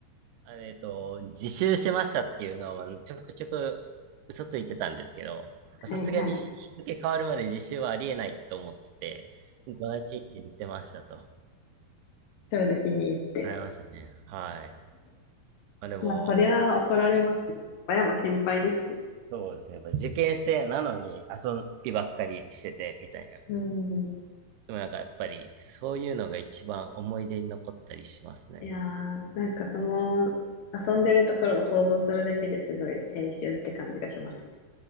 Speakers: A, on the right; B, on the left.
A: あえっと、自習してましたっていうのは、ちょくちょく嘘ついてたんですけど、さすがに日付変わるまで自習はありえないと思ってて、
B: はいはい。
A: 土日に行ってましたと。
B: 正直に言って。
A: ありましたね。はい。まあでも、
B: まあ、そりゃ怒られます。親も心配ですしね。
A: そうですね。やっぱ受験生なのに遊びばっかりしてて、みたいな。
B: うん。
A: でもなんかやっぱり、そういうのが一番思い出に残ったりしますね。
B: いやー、なんかその、遊んでるところを想像するだけですごい青春って感じがしますね。